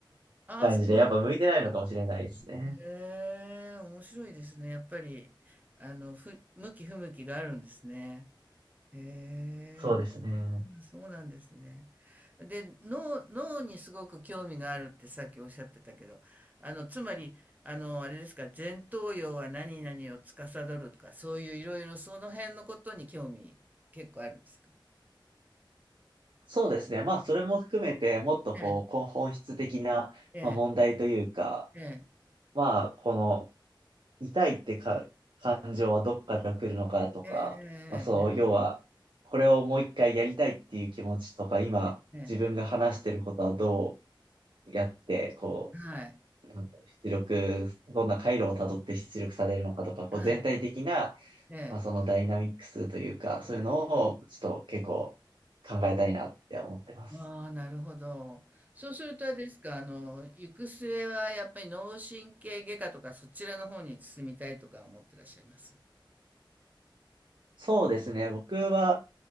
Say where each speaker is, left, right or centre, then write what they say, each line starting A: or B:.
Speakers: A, on the right (about 20°); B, on the right (about 70°).
A: あ、
B: 感じで、
A: そうなんだ。
B: やっぱ向いてないのかもしれないですね。
A: へえ、面白いですね。やっぱり、あの、ふ、向き不向きがあるんですね。へ
B: そうですね。
A: え、そうなんですね。で、脳、脳にすごく興味があるってさっきおっしゃってたけど、あの、つまり、あの、あれですか、前頭葉は何々を司るとか、そういういろいろその辺のことに興味結構あるんですか
B: そうですね。まあ、それも含めて、もっとこう、
A: ええ、
B: こう本質的なまあ問題というか、
A: ええ、ええ、
B: まあ、この痛いってか、感情はどっから来るのかとか、
A: ええ
B: まあそう、要は、これをもう一回やりたいっていう気持ちとか、今、
A: ええええええ、
B: 自分が話してることはどうやって、こ
A: はい、
B: う、なんだろう、出力、どんな回路をたどって出力されるのかとか、こう全体的な、
A: はい、ええ。
B: まあそのダイナミックスというか、そういうのを、ちょっと結構考えたいなって思ってます。
A: ああ、なるほど。そうするとあれですか、あの、行く末はやっぱり脳神経外科とかそちらの方に進みたいとか思ってらっしゃいます。
B: そうですね、僕は、